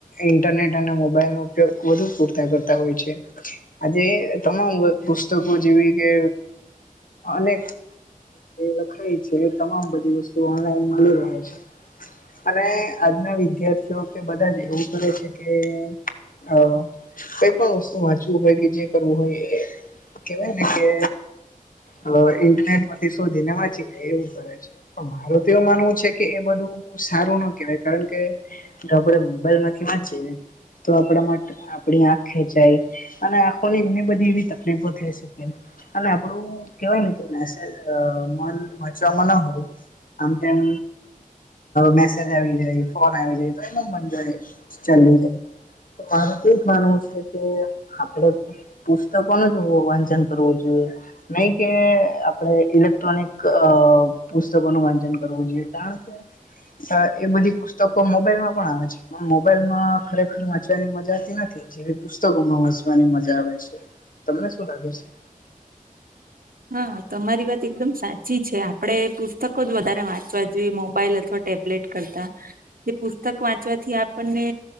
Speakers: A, on the left; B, on the right.
A: ઇન્ટરનેટ અને મોબાઈલ નો ઉપયોગ વધુ પૂરતા કરતા હોય છે. આજે તમામ પુસ્તકો જેવી કે, અનેક લખાય છે, તમામ બધી વસ્તુ ઓનલાઈન મળી રહે છે. અને આજના વિદ્યાર્થીઓ કે બધા જ એવું કરે છે કે, હ કઈ પણ વસ્તુ વાંચવું હોય કે જે કરવું હોય એ કેવાયને કે, અ ઇન્ટરનેટ માંથી શોધી ને વાંચીને એવું કરે પણ મારું તો એવું માનવું છે કે એ બધું સારું ના કેહેવાય કારણ કે, જો આપણે મોબાઈલ માંથી વાંચીએ તો આપડા માટે આપણી આંખ ખેંચાય, અને આખોલી એને બધી એવી તકલીફો થઈ શકે અને, થોડું કેવાય ને કે મેસેજ મન વાંચવામાં ના હોય. આમ તેમ, મેસેજ આવી જાય ફોન આવી જાય તો એ નબર જો ચાલ જાય. તો મારું તો એજ માનવું છે કે આપડે, પુસ્તકો ન જો વાંચન કરવું જોઈએ. નહી કે આપણે ઇલેક્ટ્રોનિક અ પુસ્તકોનું વાંચન કરવું જોઈએ કારણ કે, સર એ બધી પુસ્તકો મોબાઈલ માં પણ આવે છે. મોબાઈલ માં ખરેખર વાંચવાની મજાતી નથી જેવી પુસ્તકોમાં વાંચવાની મજા આવે છે. તમને શું લાગે છે?
B: હા તમારી વાત એકદમ સાચી છે, આપડણે પુસ્તકો જ વધારે વાંચવા જોઈએ મોબાઈલ અથવા, ટેબલેટ કરતા જે પુસ્તક વાંચવાથી આપણને,